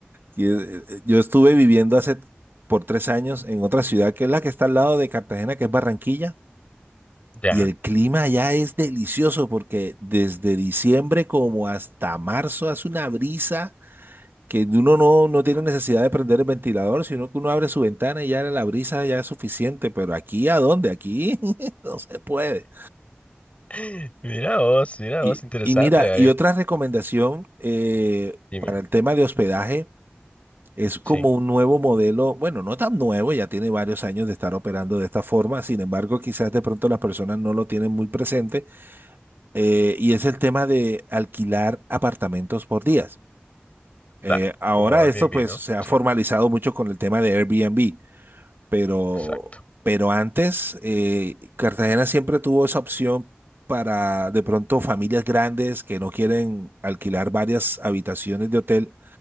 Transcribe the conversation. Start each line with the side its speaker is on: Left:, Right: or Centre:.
Right: Y, eh, eh, Yo estuve viviendo hace por tres años en otra ciudad que es la que está al lado de Cartagena, que es Barranquilla.
Left: Ya.
Right: Y el clima allá es delicioso porque desde diciembre como hasta marzo hace una brisa que uno no, no tiene necesidad de prender el ventilador, sino que uno abre su ventana y ya la brisa ya es suficiente. Pero aquí, ¿a dónde? Aquí <laughs> no se puede.
Left: <laughs> Mira vos, mira
Right: Y,
Left: vos, interesante,
Right: y mira,
Left: Gabriel.
Right: y otra recomendación eh,
Left: Dime.
Right: para el tema de hospedaje es como
Left: Sí,
Right: un nuevo modelo, bueno, no tan nuevo, ya tiene varios años de estar operando de esta forma, sin embargo, quizás de pronto las personas no lo tienen muy presente eh, y es el tema de alquilar apartamentos por días. Eh,
Left: claro.
Right: ahora
Left: Como Airbnb,
Right: esto pues
Left: ¿no?
Right: se ha
Left: Sí,
Right: formalizado mucho con el tema de Airbnb pero,
Left: exacto.
Right: pero antes eh, Cartagena siempre tuvo esa opción para de pronto familias grandes que no quieren alquilar varias habitaciones de hotel,